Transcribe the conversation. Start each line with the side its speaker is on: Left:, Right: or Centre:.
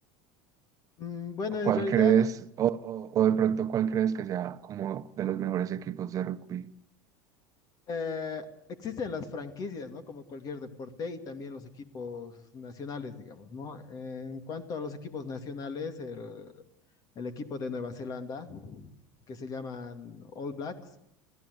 Left: Mm, Bueno,
Right: ¿O
Left: en
Right: cuál
Left: realidad
Right: crees, o, o, o de pronto cuál crees que sea como de los mejores equipos de rugby?
Left: eh, existen las franquicias, ¿no? Como cualquier deporte y también los equipos nacionales, digamos, ¿no? En cuanto a los equipos nacionales, el, el equipo de Nueva Zelanda, que se llaman All Blacks,